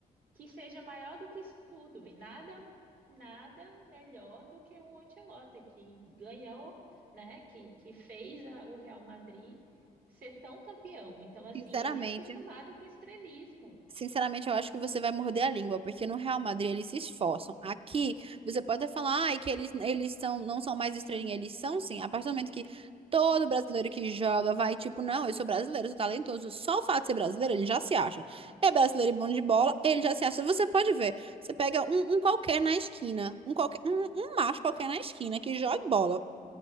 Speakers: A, on the right; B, on the right.
A: que seja maior do que isso tudo. E nada, nada melhor do que o Ancelotti, que ganhou, né? Que, que fez a- o Real Madrid ser tão campeão. Então, assim,
B: Sinceramente,
A: ele é acostumado com estrelismo.
B: sinceramente, eu acho que você vai morder a língua, porque no Real Madrid eles se esforçam. Aqui, você pode até falar, ai, que eles, eles são, não são mais estrelinha, eles são sim. A partir do momento que todo brasileiro que joga vai, tipo, não, eu sou brasileiro, eu sou talentoso. Só o fato de ser brasileiro, ele já se acha. É brasileiro e bom de bola, ele já se acha. Você pode ver, você pega um, um qualquer na esquina, um qualquer, um, um macho qualquer na esquina que joga bola.